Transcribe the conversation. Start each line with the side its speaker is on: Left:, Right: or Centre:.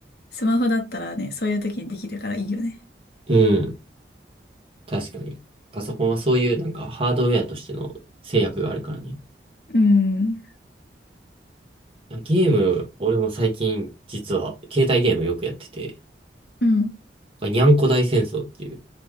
Left: スマホだったらね、そういう時にできるからいいよね。
Right: うん。確かに。パソコンはそういうなんかハードウェアとしての制約があるからね。い
Left: うん。
Right: やゲーム、俺も最近実は携帯ゲームよくやってて、
Left: うん、
Right: これにゃんこ大戦争っていう、